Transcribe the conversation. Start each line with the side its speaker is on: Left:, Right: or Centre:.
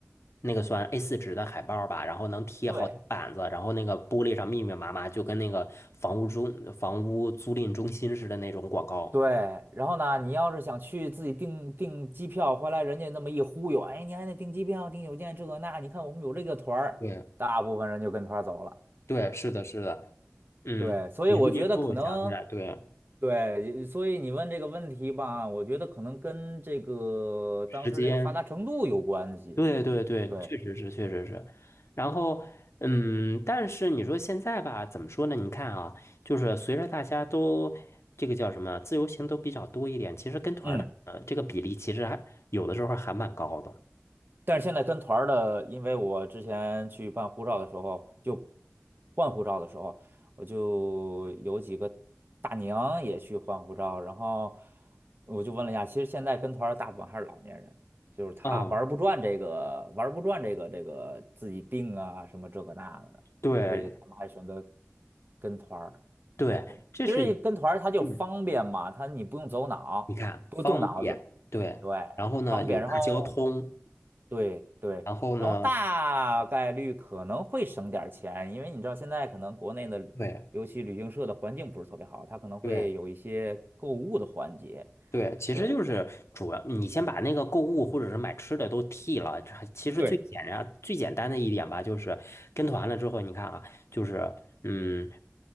Left: 那个算 A4 纸的海报儿吧，然后能贴好几板子，
Right: 对，
Left: 然后那个玻璃上密密麻麻，就跟那个房屋中房屋租赁中心似的那种广告。
Right: 对，然后呢，你要是想去自己订订机票，回来人家那么一忽悠，哎，你还得订机票、订酒店这个那，你看我们有这个团儿，
Left: 对
Right: 大部分人就跟团儿走了。
Left: 对，是的，是的，嗯，
Right: 对，所以我觉得可能，
Left: 你这么一说，我想起来，对，
Right: 对，所以你问这个问题吧，我觉得可能跟这个当时这个发达程度有关系。
Left: 时间。对对对，
Right: 对，
Left: 确实是，确实是。然后，嗯，但是你说现在吧，怎么说呢？你看啊，就是随着大家都这个叫什么，自由行都比较多一点，其实跟团儿的呃这个比例其实还有的时候还蛮高的。
Right: 嗯。但是现在跟团儿的，因为我之前去办护照的时候，就换护照的时候，我就有几个大娘也去换护照，然后我就问了一下，其实现在跟团儿的大部分还是老年人，就是他玩儿不转这个，
Left: 啊，
Right: 玩儿不转这个这个自己定啊什么这个那个的，
Left: 对
Right: 所以他们还选择跟团儿。
Left: 对，
Right: 对，
Left: 这是一
Right: 其实跟团儿它就方便嘛，
Left: 嗯，
Right: 他你不用走脑，
Left: 你看方便，
Right: 不动脑子，
Left: 对，
Right: 对，
Left: 然后呢有大交通，
Right: 方便。然后对对，
Left: 然后呢，
Right: 然后大概率可能会省点儿钱，因为你知道现在可能国内的，
Left: 对
Right: 尤其旅行社的环境不是特别好，它可能会有一些购物的环节。
Left: 对，对，其实就是主要你先把那个购物或者是买吃的都替了。
Right: 对
Left: 这还其实最简单、
Right: 对
Left: 最简单的一点吧，就是跟团了之后，你看啊，就是嗯，